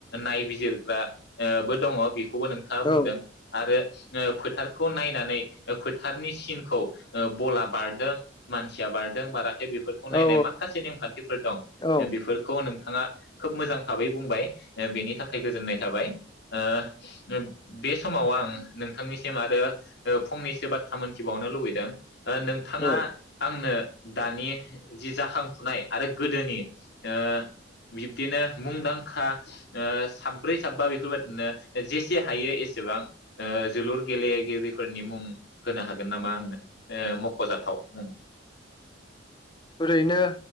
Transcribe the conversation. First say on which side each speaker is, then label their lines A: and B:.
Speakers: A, on the left; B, on the left.
A: नायबिजिरग्रा ओ बो दङ बि खौबो नोंथाङा बुंदों
B: औ
A: आरो ओ फोथारखौ नायनानै ओ फोथारनि सिनखौ ओ बला बारदों मानसिया बारदों बारा बिफोरखौ नायनाय
B: औ
A: माखासे नेमखान्थिफोर दं
B: औ
A: बिफोरखौ नों थाङा खोब मोजां भाबै बुंबाय। ओ बेनि थाखाय गोजोननाय थाबाय। ओ बे समाव आं नोंथांनिसिम आरो फंनैसो बाथ्रा मोनथिबावनो लुबैदों ओ नोंथाङा
B: औ
A: आंनो दानि जि जाखांफुनाय आरो गोदोनि ओ बिब्दिनो मुंदांखा ओ साब्रै साबा बेफोरबा नो जेसे हायो एसेबां ओ जोलुर गेलेगिरिफोरनि मुं होनो हागोन नामा आंनो ओ मख'जाथाव मुं।
B: रैनो